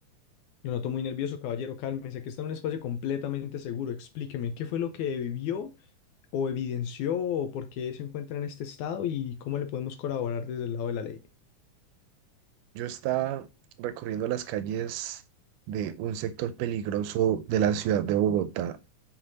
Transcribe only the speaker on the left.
Lo noto muy nervioso, caballero. Cálmese, Aquí está en un espacio completamente seguro. Explíqueme, ¿qué fue lo que vivió o evidenció o por qué se encuentra en este estado y cómo le podemos colaborar desde el lado de la ley?